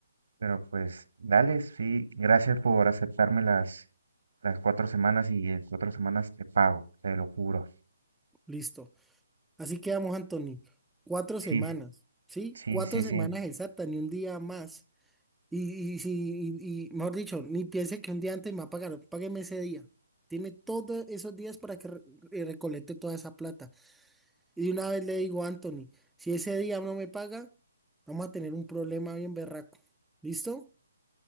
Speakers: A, on the right; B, in the centre.
A: pero pues, dale, sí, gracias por aceptarme las, las cuatro semanas y en cuatro semanas te pago, te lo juro.
B: Listo. Así quedamos, Anthony. Cuatro
A: Sí,
B: semanas, ¿sí?
A: Sí,
B: Cuatro
A: sí,
B: semanas
A: sí,
B: exactas, ni un día más. Y, y, si- y- y, mejor dicho, ni piense que un día antes me va a pagar, págueme ese día. Tiene todos esos días para que re- eh, recolecte toda esa plata. Y de una vez le digo a Anthony, si ese día no me paga, vamos a tener un problema bien berraco. ¿Listo?